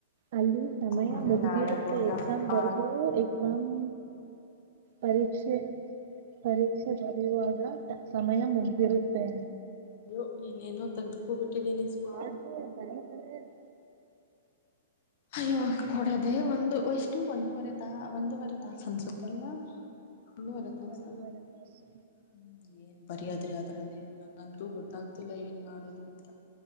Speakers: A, on the right (about 55°); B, on the left (about 50°).
A: ಅಲ್ಲಿ ಸಮಯ
B: ಸುಮ್ನೆ
A: ಮುಗ್ದಿರುತ್ತೆ
B: ನಾಳೆ ಹೋಗಿ
A: ಎಕ್ಸಾಮ್ ಬರ್ದು
B: ಆ
A: ಎಕ್ಸಾಮ್ ಪರೀಕ್ಷೆ ಪರೀಕ್ಷೆ ಬರೆಯುವಾಗ ಸಮಯ ಮುಗ್ದಿರುತ್ತೆ
B: ಅಯೋ ಇನೇನೋ ತೆಗೆಗ್ದಕೊ ಬಿಟ್ಟಿಿದನ ಸ
A: ಆದ್ರೂ ಒ ಮನೆ ಕಡೆ <inaudible>
B: ಅಯ್ಯೋ ಕೊಡೋದೆೇ ಒಂದು ಎಷ್ಟು ಒಂದೂವರೆ ತಾ ಒಂದೂವರೆ ತಾಸ ಅನ್ಸುತ್ತಲ್ವಾ ಒಂದೂವರೆ
A: ಹ್ಮ್
B: ತಸ
A: ಒಂದೂವರೆ ತಾಸು
B: ಹ್ಮ್ ಏನ್ ಬರ್ಯಾದ್ರಿ ಅದ್ರಲ್ಲಿ ನಂಗಂತೂ ಗೊತ್ತಾಗ್ತಿಲ್ಲ ಏನ್ ಮಾಡೋದು ಅಂತ